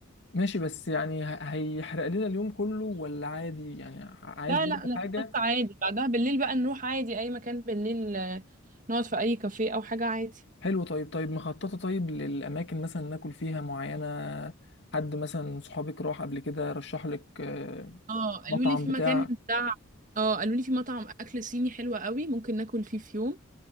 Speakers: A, on the left (about 55°); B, on the right (about 40°).
A: ماشي بس يعني ه- هيحرق لنا اليوم كله ولا عادي يعني ع- عايز
B: لا
A: برضه
B: لا لا
A: حاجة
B: خلاص عادي بعدها بالليل بقى نروح عادي اي مكان بالليل آه، نقعد في اي كافيه او حاجة عادي
A: حلوة طيب طيب مخططة طيب للأماكن مثلا ناكل فيها معينة حد مثلا صحابك راح قبل كده رشح لك آه،
B: اه قالوا
A: مطعم
B: لي في
A: بتاع
B: مكان بتاع اه قالوا لي في مطعم اكل صيني حلو قوي ممكن ناكل فيه في يوم